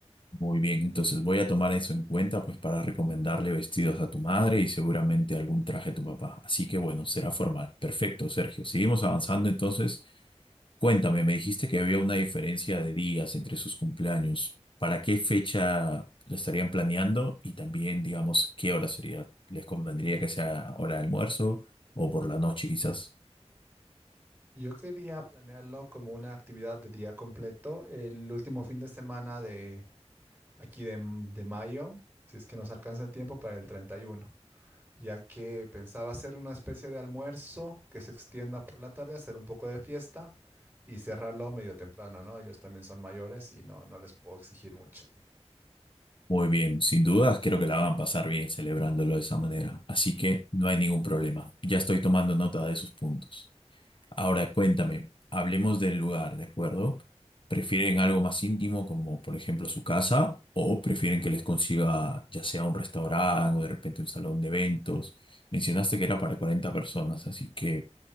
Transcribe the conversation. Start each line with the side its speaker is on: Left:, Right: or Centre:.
Left: Muy bien, entonces voy a tomar eso en cuenta pues para recomendarle vestidos a tu madre y seguramente algún traje a tu papá. Así que bueno, será formal. Perfecto, Sergio. Seguimos avanzando entonces. Cuéntame, me dijiste que había una diferencia de días entre sus cumpleaños. ¿Para qué fecha lo estarían planeando? Y también, digamos, ¿qué hora sería? ¿Les convendría que sea hora de almuerzo o por la noche quizás?
Right: Yo quería planearlo como una actividad de día completo, el último fin de semana de aquí de, de mayo, si es que nos alcanza el tiempo para el 31, ya que pensaba hacer una especie de almuerzo que se extienda por la tarde, hacer un poco de fiesta y cerrarlo medio temprano, ¿no? Ellos también son mayores y no, no les puedo exigir mucho.
Left: Muy bien, sin dudas creo que la van a pasar bien celebrándolo de esa manera, así que no hay ningún problema. Ya estoy tomando nota de esos puntos. Ahora cuéntame, hablemos del lugar, ¿de acuerdo? ¿Prefieren algo más íntimo como por ejemplo su casa o prefieren que les consiga ya sea un restaurante o de repente un salón de eventos? Mencionaste que era para 40 personas, así que